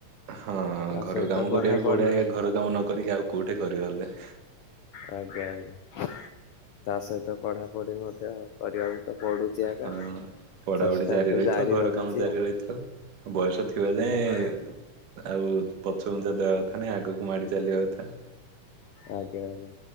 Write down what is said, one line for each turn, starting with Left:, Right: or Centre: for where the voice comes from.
Right: ହଁ
Left: ତା
Right: ଘର
Left: ସହିତ
Right: କାମ
Left: ପଢାପଢି
Right: କରିବାକୁ ପଡ଼େ ଆଜ୍ଞା ଘର କାମ ନ କରିକି ଆଉ କୋଉଠି କରିବ ହେଲେ।
Left: ଆଜ୍ଞା ଆଜ୍ଞା ତା ସହିତ ପଢ଼ାପଢ଼ି ମଧ୍ୟ କରିବାକୁ ତ ପଡୁଛି <unintelligible>
Right: ହଁ ପଢ଼ାପଢ଼ି
Left: ଚେଷ୍ଟା ତ
Right: ରହିଥିବ
Left: ଜାରି
Right: ଘର
Left: ରହିଛି
Right: କାମ ଜାରି
Left: ଆଉ।
Right: ରହିଥିବ ବୟସ ଥିବା ଯାଏଁ
Left: ଆଜ୍ଞା
Right: ଆଉ ପ ପଛଘୁଞ୍ଚା ଦେବା କଥା ନାଇଁ ଆଗକୁ ମାଡ଼ି ଚାଲିବା କଥା।
Left: ଆଜ୍ଞା ଆଜ୍ଞା।